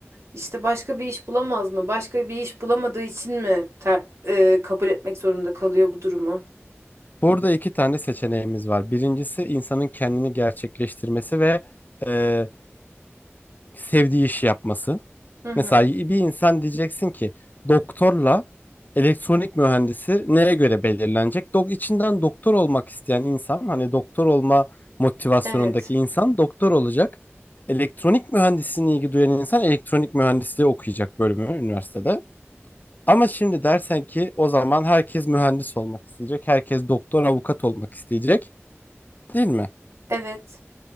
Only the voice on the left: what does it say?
Burada iki tane seçeneğimiz var. Birincisi insanın kendini gerçekleştirmesi ve e, sevdiği işi yapması.
Mesela bir insan diyeceksin ki doktorla elektronik mühendisi neye göre belirlenecek? Dok içinden doktor olmak isteyen insan hani doktor olma motivasyonundaki
insan doktor olacak. Elektronik mühendisliğine ilgi duyan insan elektronik mühendisliği okuyacak bölümü üniversitede. Ama şimdi dersen ki o zaman herkes mühendis olmak isteyecek, herkes doktor, avukat olmak isteyecek, değil mi?